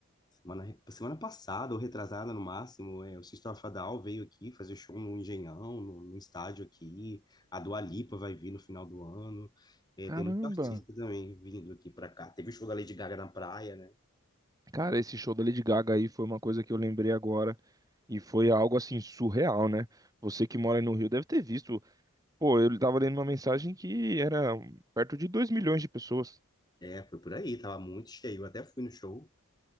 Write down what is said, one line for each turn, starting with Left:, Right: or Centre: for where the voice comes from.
Left: semana, semana passada, ou retrasada no máximo, é, o System of a Down veio aqui fazer show no Engenhão, no, no estádio aqui. A Dua Lipa vai vir no final do ano. É,
Right: Caramba!
Left: tem muito artista também vindo aqui para cá. Teve o show da Lady Gaga na praia, né?
Right: Cara, esse show da Lady Gaga aí foi uma coisa que eu lembrei agora e foi algo assim surreal, né? Você que mora aí no Rio deve ter visto. Pô, eu tava lendo uma mensagem que era perto de 2 milhões de pessoas.
Left: É, foi por aí, tava muito cheio. Eu até fui no show.